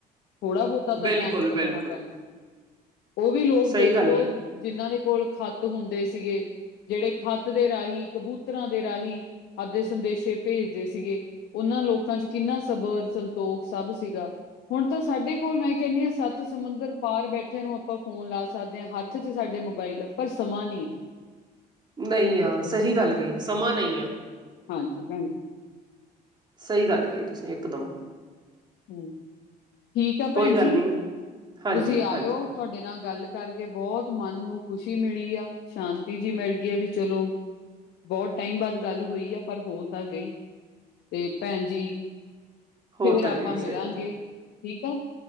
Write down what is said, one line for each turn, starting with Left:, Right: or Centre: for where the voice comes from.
Left: ਥੋੜ੍ਹਾ ਬਹੁਤਾ ਤਾਂ
Right: ਬਿਲਕੁਲ
Left: ਟਾਈਮ ਕੱਢਣਾ
Right: ਬਿਲਕੁਲ
Left: ਪੈਣਾ ਉਹ ਵੀ ਲੋਕ
Right: ਸਹੀ
Left: ਦੇਖ
Right: ਗੱਲ
Left: ਲਓ
Right: ਹੈ
Left: ਜਿੰਹਨਾਂ ਦੇ ਕੋਲ ਖੱਤ ਹੁੰਦੇ ਸੀਗੇ ਜਿਹੜੇ ਖੱਤ ਦੇ ਰਾਹੀਂ, ਕਬੂਤਰਾਂ ਦੇ ਰਾਹੀਂ ਆਪਦੇ ਸੰਦੇਸ਼ੇ ਭੇਜਦੇ ਸੀਗੇ, ਉਹਨਾਂ ਲੋਕਾਂ 'ਚ ਕਿੰਨਾ ਸਬਰ, ਸੰਤੋਖ ਸਭ ਸੀਗਾ ਹੁਣ ਤਾਂ ਸਾਡੇ ਕੋਲ ਮੈਂ ਕੈਨੀ ਹਾਂ ਸੱਤ ਸਮੁੰਦਰ ਪਾਰ ਬੈਠੇ ਨੂੰ ਆਪਾਂ ਫ਼ੋਨ ਲਾ ਸਕਦੇ ਹਾਂ ਹੱ ਹੱਥ 'ਚ ਸਾਡੇ ਮੋਬਾਈਲ ਆ ਪਰ ਸਮਾਂ ਨੀ ਐ
Right: ਨਈ ਆ ਸਹੀ ਗੱਲ ਕਈ ਸਮਾਂ ਨਈ ਆ
Left: ਹਾਂਜੀ ਭੈਣ
Right: ਸਈ ਗੱਲ ਕਈ ਤੁਸੀਂ ਇਕਦਮ
Left: ਹੂੰ, ਠੀਕ ਆ
Right: ਕੋਈ
Left: ਭੈਣ
Right: ਗੱਲ
Left: ਜੀ,
Right: ਨਹੀਂ ਹਾਂਜੀ
Left: ਤੁਸੀਂ ਆਇਓ
Right: ਹਾਂਜੀ
Left: ਤੁਆਡੇ ਨਾ ਗੱਲ ਕਰਕੇ ਬੋਤ ਮਨ ਨੂੰ ਖ਼ੁਸ਼ੀ ਮਿਲੀ ਆ ਸ਼ਾਂਤੀ ਜੀ ਮਿਲਗੀ ਐ ਵੀ ਚਲੋ ਬੌਤ ਟਾਈਮ ਬਾਅਦ ਗੱਲ ਹੋਈ ਆ ਪਰ ਹੋ ਤਾਂ ਗਈ ਤੇ ਭੈਣ ਜੀ
Right: ਹੋ
Left: ਫੇਰ
Right: ਤਾਂ
Left: ਆਪਾਂ
Right: ਗਈ
Left: ਮਿਲਾਂਗੇ
Right: ਸਈ ਆ
Left: ਠੀਕ ਆ